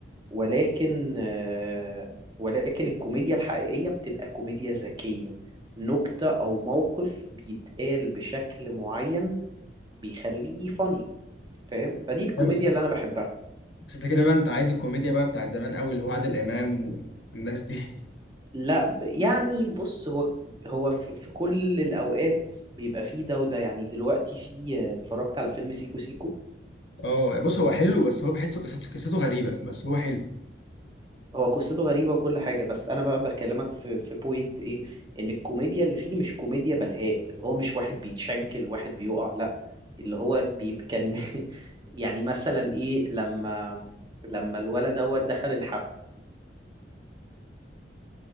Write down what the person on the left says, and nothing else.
ايوه بس انت
بس انت كده بقى انت عايز الكوميديا بقى بتاعت زمان قوي اللي هو عادل امام والناس دي
اه بص هو حلو بس هو بحسه قصته قصته غريبة بس هو حلو